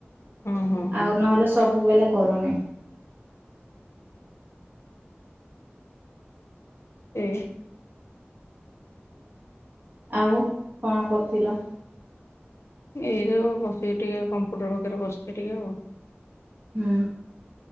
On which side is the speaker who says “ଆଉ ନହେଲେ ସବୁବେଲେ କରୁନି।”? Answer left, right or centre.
Right